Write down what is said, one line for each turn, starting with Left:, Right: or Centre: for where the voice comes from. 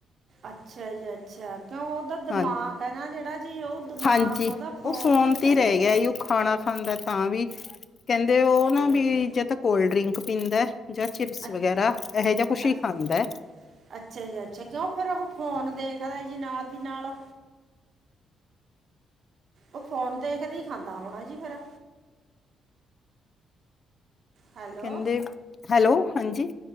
Right: ਅੱਛਾ ਜ ਅੱਛਾ। ਜੋਂ ਉਹਹਦਾ
Left: ਹਾਂ
Right: ਦਿਮਾਗ ਹੈ ਨਾ ਜਿਹੜਾ ਜੀ ਉਹ ਦਿਮਾਕ
Left: ਹਾਂਜੀ
Right: ਉਹਓਹਦਾ ਫੋਨ
Left: ਉਹ
Right: ਚ
Left: ਤੇ
Right: ਚਲਿਆ
Left: ਹੀ ਰਹਿ
Right: ਗਾ।
Left: ਗਿਆ ਈ। ਉਹ ਖਾਣਾ ਖਾਂਦਾ ਤਾਂ ਵੀ ਕਹਿੰਦੇ ਉਹ ਨਾ ਵੀ
Right: ਅੱਛਾ
Left: ਜ ਤਾਂ ਕੋਲਡ ਡਰਿੰਕ ਪੀਂਦਾ ਜਾਂ ਚਿਪਸ
Right: ਅੱਛ-
Left: ਵਗੈਰਾ ਇਹੋ ਜਹਾ ਕੁਛ ਹੀ
Right: ਅੱਛ-
Left: ਖਾਂਦਾ ਹੈ।
Right: ਅੱਛਾ ਜੀ ਅੱਛਾ ਕਿਉਂ ਫੇਿਰ ਉਹ ਫੋਨ ਦੇਖਦਾ ਜੀ ਨਾਲ ਦੀ ਨਾਲ ਉਹ ਫੋਨ ਦੇਖਦੇ ਹੀ ਖਾਂਦਾ ਹੋਣਾ ਜੀ ਫਿਰ। ਹੈਲੋ
Left: ਕਹਿੰਦੇ ਹੈਲੋ ਹਾਂਜੀ।